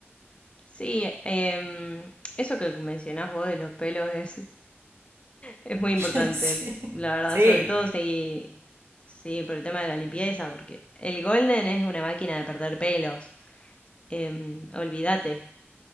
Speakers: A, on the left; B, on the right.
A: Sí, em, eso que mencionás vos de los pelos es Es muy
B: <laughs>
A: importante,
B: Sí.
A: la verdad,
B: Sí.
A: sobre todo si, sí, por el tema de la limpieza, porque el Golden es una máquina de perder pelos, em, olvídate.